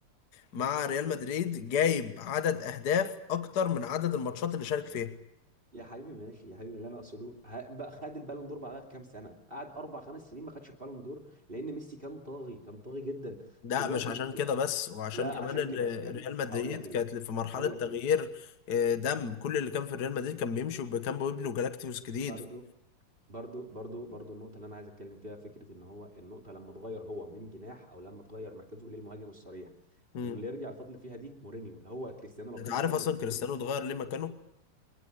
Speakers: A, on the left (about 50°); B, on the right (about 25°).
A: مع ريال مدريد جايب عدد اهداف اكتر من عدد الماتشات اللي شارك فيها
B: يا حبيبي ماشي يا حبيبي اللي انا اقصده ه- بقى خد البالون دور بعدها بكام سنه قعد اربع خمس سنين ما خدش البالون دور لان ميسي كان طاغي كان طاغي جدا
A: ده
B: دلوقتي
A: مش عشان كده بس وعشان
B: لا
A: كمان
B: عشان
A: ان
B: كده يا ابني
A: ريال مدريد
B: هقول لك ليه
A: كانت في مرحلة
B: هقول
A: تغيير
B: لك ليه
A: آه، دم كل اللي كان في ريال مدريد كان بيمشي وكان بيبنوا جالاكتيوس جديد
B: برضه برضو برضو برضو النقطة اللي أنا عايز أتكلم فيها فكرة إن هو النقطة لما اتغير هو من جناح أو لما اتغير مركزه للمهاجم الصريح
A: مم.
B: إنه اللي يرجع الفضل فيها دي مورينيو هو كريستيانو لو
A: انت
B: كان
A: عارف
B: كمل
A: اصلا
B: في فكرة
A: كريستيانو اتغير ليه مكانه؟